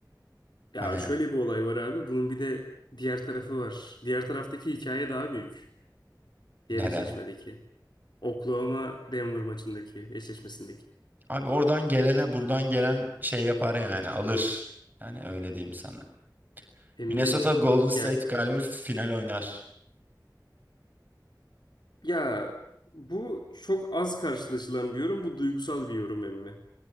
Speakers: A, on the left; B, on the right.
A: Ya
B: Hani
A: şöyle bir olay var abi. Bunun bir de diğer tarafı var. Diğer taraftaki hikaye daha büyük. Diğer
B: neden?
A: eşleşmedeki. Oklahoma Denver maçındaki eşleşmesindeki.
B: Abi oradan gelene buradan gelen şey yapar yani alır. Yani öyle diyeyim sana.
A: Emmim
B: Minnesota Golden
A: ya
B: State galiba final oynar.
A: ya bu çok az karşılaşılan bir yorum. Bu duygusal bir yorum emmi.